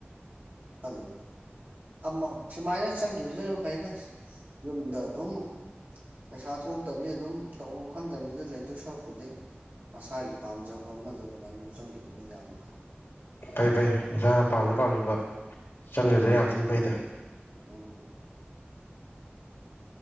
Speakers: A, on the right; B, on the left.
A: ꯑꯗꯨ ꯑꯃ ꯁꯨꯃꯥꯏꯅ ꯆꯪꯈꯤꯕꯁꯨꯅ ꯐꯩꯗ ꯌꯨꯝꯗ ꯑꯗꯨꯝ ꯄꯩꯁꯥ ꯊꯣꯛꯇꯕꯅꯥꯅ ꯑꯗꯨꯝ ꯇꯧꯐꯝ ꯈꯪꯗꯕꯤꯗ ꯂꯩꯗꯣꯏ ꯁꯔꯨꯛꯄꯨꯗꯤ ꯃꯁꯥꯒꯤ ꯄꯥꯝꯖꯕ ꯑꯃꯗ ꯑꯗꯨꯃꯥꯏꯅ ꯆꯪꯗꯅ ꯌꯥꯝꯅ ꯐꯩ
B: ꯐꯩ ꯐꯩ ꯅꯁꯥꯅ ꯄꯥꯝꯖ ꯄꯥꯝꯖꯕ ꯆꯪꯒꯤꯕꯅ
A: ꯎꯝ
B: ꯌꯥꯝ ꯊꯤꯅ ꯐꯩꯗ
A: ꯎꯝ